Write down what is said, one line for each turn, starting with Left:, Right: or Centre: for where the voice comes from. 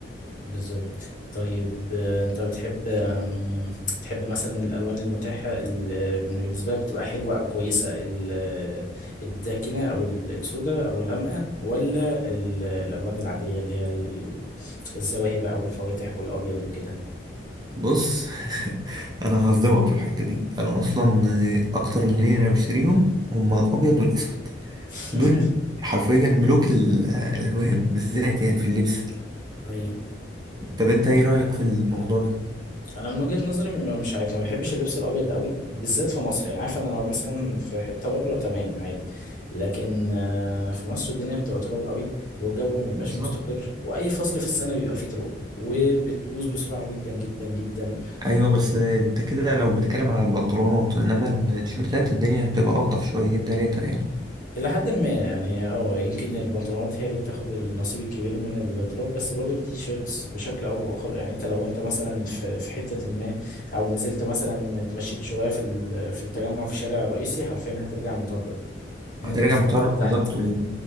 Left: بالظبط طيب آه، أنت بتحب آم، بتحب مثلا الألوان المتاحة اللي بالنسبة لك بتبقى حلوة أو كويسة ال- الداكنة أو السوداء أو الغامقة ولا ال- الألوان العادية اللي هي ال- الزواهب أو الفواتح والأبيض وكده
Right: بص <laughs> انا هصدمك في الحتة دي انا اصلا اكتر اللي انا بشتريهم هما الابيض والاسود
Left: <laughs>
Right: دول حرفيا ملوك ال- الالوان بالذات يعني في اللبس
Left: أيوه
Right: طب انت ايه رأيك في الموضوع ده
Left: انا من وجهة نظري م- مش عارف ما بحبش اللبس الابيض قوي بالذات في مصر يعني عارف انا لو مثلا في حتة بره تمام عادي لكن آه، في مصر الدنيا بتبقى تراب قوي والجو ما بيبقاش
Right: بالظبط
Left: مستقر واي فصل في السنة بيبقى فيه تراب وبتبوظ بسرعة جدا جدا جدا
Right: ايوه بس انت كده لو بتتكلم على البنطلونات انما التيشيرتات الدنيا بتبقى الطف شويتين تلاتة يعني
Left: الى حد ما يعني اه يمكن البنطلونات هي اللي بتاخد النصيب الكبير من التراب بس برضه التيشيرتس بشكل او باخر يعني انت لو انت مثلا في في حتة ما او نزلت مثلا اتمشيت شوية في ال- في التجمع في شارع رئيسي حرفيا هترجع مطرب من
Right: هترجع
Left: فوق
Right: مضطر
Left: لتحت
Right: بالظبط و...